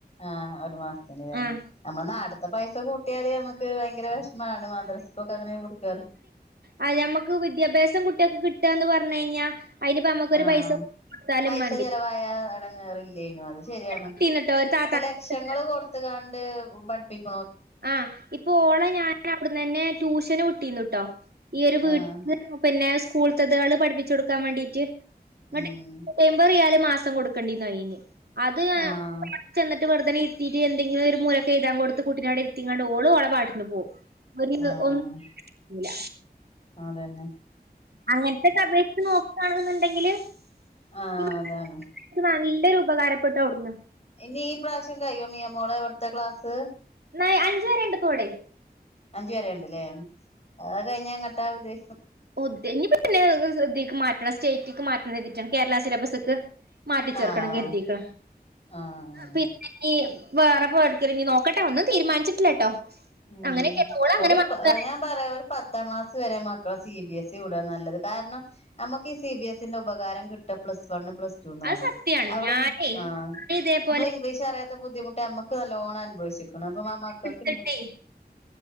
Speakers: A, on the left; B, on the right.
A: ആഹ് ഒരു മാസത്തിന് ലേ
B: ആഹ്
A: നമ്മള് നാട്ട്ത്തെ പൈസ കൂട്ട ട്ടിയാല് ഞമ്മക്ക് ഭയങ്കര വെഷ്മാണ് മദ്രസക്കൊക്കെ അങ്ങനെ കൊടുക്കാറ്
B: അ ഞമ്മക്ക് വിദ്യാഭ്യാസം കുട്ട്യാക്ക് കിട്ടാന്ന് പറഞ്ഞയിഞ അയിനിപ്പോ ഞമ്മക്കൊരു
A: ആഹ്
B: പൈസ കൊടുത്താലും
A: പൈസ
B: മതി
A: ചെലവായ എടങ്ങേറില്ലേനു അത് ശരിയാണ്.
B: വിട്ടീന്ന്ട്ടോ ഒരു താത്താക്ക്
A: ഇപ്പൊ ലക്ഷങ്ങൾ കൊടുത്ത്ക്കാണ്ട് <unintelligible> പഠിപ്പിക്
B: ആ ഇപ്പൊ ഓളെ ഞാനവിട്ന്നെന്നെ ട്യൂഷന് വിട്ടീന്നുട്ടോ, ഈയൊര വീട്ടില്
A: ആഹ്
B: പിന്നെ സ്കൂൾത്തതാള് പഠിപ്പിച്ചു കൊടുക്കാൻ വേണ്ടീട്ട് ന്നട്ട്
A: ഉം
B: എംബത് റിയാല് മാസം കൊടുക്കേണ്ടിന്നു അയ്ന്. അത് <unintelligible>
A: ആഹ്
B: വെർതനേ ഇര്ത്തീട്ട്, എന്തെങ്കിലും ഒരു മൂലക്കെ എഴുതാൻ കൊട്ത്ത് കുട്ടിനെ അവ്ടെ ഇര്തിക്കാണ്ട് ഓൾ ഓളെ പാട്ടി പോവും ഒര്
A: ആഹ്
B: ഒന്നും <unintelligible> ല
A: അതന്നെ
B: അങ്ങൻത്തൊക്കെ അപേക്ഷിച്ച് നോക്കാണെന്നുണ്ടെങ്കില്
A: ആ
B: ഈ
A: അതാണ്.
B: മക്കക്ക് നല്ലൊരു ഉപകാരപ്പെട്ടു അവുട്ന്ന്.
A: ഇനി ഈ പ്രാവശ്യം കഴിയോ മിയമോളെ അവിടുത്തെ ക്ലാസ്?
B: ന്നാ അഞ്ച് വരേണ്ട്പ്പവടേ.
A: അഞ്ച് വരേണ്ട് ലേ. അഹ് കഴിഞ്ഞ എങ്ങട്ടാ ഉദ്ദേ
B: ഉദ്ദേ ഇഞ്ഞ്പിന്നെ ഇതീക്ക്മാറ്റണം, സ്റ്റേറ്റ്ക്ക് മാറ്റണം കെര്തീട്ടാണ് കേരള സിലബസ്ക്ക് മാറ്റിച്ചേർക്കണം
A: ആഹ്
B: കെര്തീക്ക്ണ്.
A: ആഹ് ആഹ്
B: പിന്നെഞ്ഞി വേറെപ്പോ എവുട്ക്കെങ്കിലും നോക്കട്ടെ ഒന്നും തീരുമാനിച്ചിട്ടില്ലട്ടോ.
A: ഉം
B: അങ്ങനെയൊക്കെ ഓള് അങ്ങനെ
A: ഒരു
B: മാത്ര
A: പ ഞാൻ പറയാ ഒരു പത്താം ക്ലാസ് ചെറിയെ മക്കളെ സി ബിഎസ് ഇ വിടാ നല്ലത് കാരണം, നമുക്ക് ഈ സി ബിഎസ്സിന്റെ ഉപകാരം കിട്ട പ്ലസ് വണ്ണ് പ്ലസ്ടൂന്നാണ്.
B: അത് സത്യാണ്.
A: അവിടെ
B: ഞാനേ
A: ആ
B: ഞാന് ഇതേപോലെ
A: നമ്മളെ ഇംഗ്ലീഷ് അറിയാത്ത ബുദ്ധിമുട്ട് അമ്മക്ക് നല്ലോണം അനുഭവിച്ച്ക്ക്ണ്. അപ്പൊ മക്കക്ക്
B: എടുത്തിട്ടേ